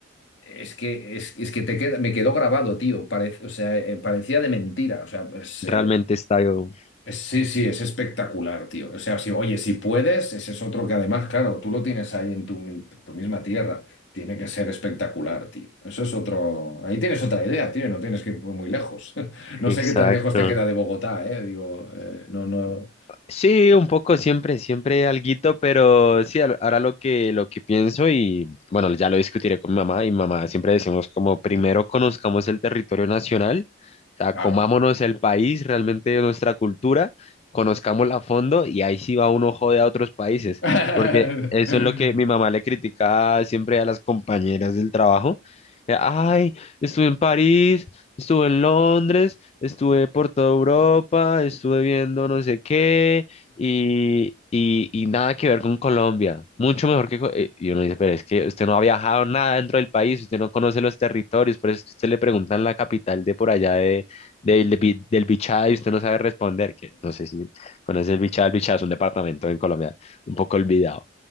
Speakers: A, on the left (about 70°); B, on the left (about 30°).
A: es que es, es que te queda, me quedó grabado, tío. Parece, o sea, eh, parecía de mentira. O sea, pues,
B: Realmente
A: eh,
B: está yo.
A: es- Sí, sí, es espectacular, tío. O sea, si, oye, si puedes, ese es otro que además, claro, tú lo tienes ahí en tu, mi- tu misma tierra. Tiene que ser espectacular, tío. Eso es otro. Ahí tienes otra idea, tío. No tienes que ir muy muy lejos. <laughs> No
B: Exacto.
A: sé qué tan lejos te queda de Bogotá, eh. Digo, eh, no, no.
B: Sí, un poco siempre, siempre alguito, pero sí, al- ahora lo que, lo que pienso y bueno, ya lo discutiré con mi mamá y mamá siempre decimos como primero conozcamos el territorio nacional, o sea,
A: Claro.
B: comámonos el país, realmente nuestra cultura, conozcámosla a fondo y ahí sí va uno jode a otros países,
A: <laughs>
B: porque eso es lo que mi mamá le critica siempre a las compañeras del trabajo. que, Ay, estuve en París, estuve en Londres. Estuve por toda Europa, estuve viendo no sé qué y, y, y nada que ver con Colombia. Mucho mejor que... Co- eh, Y uno dice, pero es que usted no ha viajado nada dentro del país, usted no conoce los territorios, por eso es que usted le preguntan la capital de por allá de, del Bi- del Bichada y usted no sabe responder, que no sé si conoce el Bichada, el Bichada es un departamento en Colombia un poco olvidado.